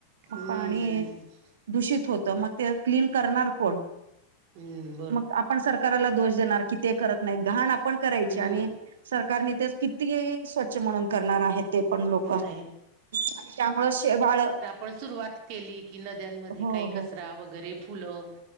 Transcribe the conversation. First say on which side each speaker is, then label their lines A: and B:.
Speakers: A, on the right; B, on the right.
A: हम्म
B: मग पाणी
A: हम्म
B: दूषित होत, मग ते क्लीन करणार कोण?
A: हम.
B: मग आपण सरकारला दोष देणार की, ते करत नाही. घाण आपण करायची
A: हम्म
B: आणि, सरकारने ते किती स्वच्छ म्हणून करणार आहेत ते, पण लोक
A: नाही
B: त्यामुळ शेवाळ.
A: पण सुरुवात केली. की नद्यांमध्ये
B: हो
A: काही
B: हो
A: कचरा वगैरे फुलं,